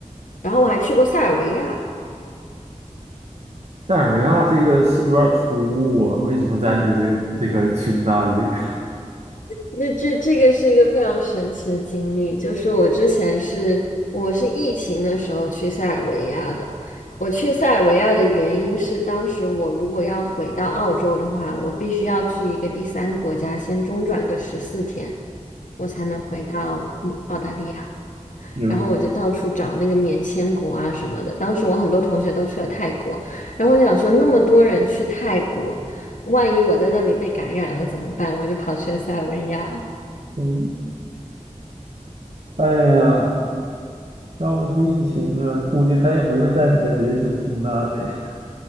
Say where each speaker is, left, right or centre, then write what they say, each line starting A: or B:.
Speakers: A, on the left (about 80°); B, on the right (about 55°).
A: 然后我还去过塞尔维亚，
B: 塞尔维亚这个是不是有点突兀啊？为什么在你的这个这个清单里？
A: 那这这个是一个非常神奇的经历，就是我之前是我是疫情的时候去塞尔维亚的。我去塞尔维亚的原因是，当时我如果要回到澳洲的话，我必须要去一个第三国家先中转个十四天，我才能回到嗯澳大利亚。
B: <laughs> 明
A: 然后我就到处找那个免签国啊什么的。当时我很多同学都去了泰国，然后我想说那么多人去泰国，万一我在那里被感染了怎么办？我就跑去了塞尔维亚。
B: 嗯，哎呀，要不是疫情啊，估计他也不会在你的人生清单里。<laughs>